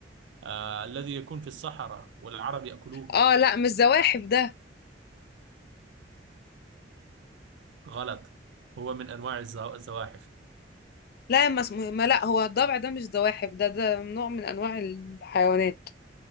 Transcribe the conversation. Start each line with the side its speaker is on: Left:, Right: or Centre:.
Right: آه الذي يكون في الصحراء والعرب يأكلوه
Left: اه لا مش زواحف ده
Right: غلط هو من أنواع الزوا- الزواحف
Left: لا ما اسمه ما لا هو الضبع ده مش زواحف ده ده نوع من انواع الحيوانات